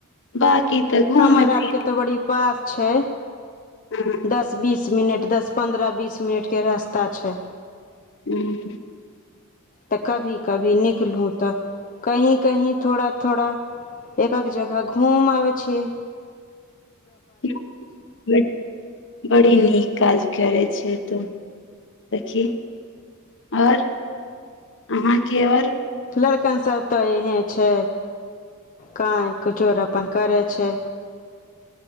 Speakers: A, on the left; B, on the left.
A: बाकी तऽ घूमे
B: हमर आर
A: फिरे
B: के तो बड़ी पास छै
A: ह
B: दस बीस मिनट दस पन्द्रह बीस मिनटके रास्ता छै
A: ह <unintelligible>
B: तऽ कभी कभी निकलू तऽ कहीं कहीं थोड़ा थोड़ा एक एक जगह घुम आबै छिये
A: <unintelligible> ब बड़ी नीक काज करै छ तू सखी आओर अहाँके आओर
B: लड़कनसभ तऽ इहे छै कहाँ एक चोर अपन करै छै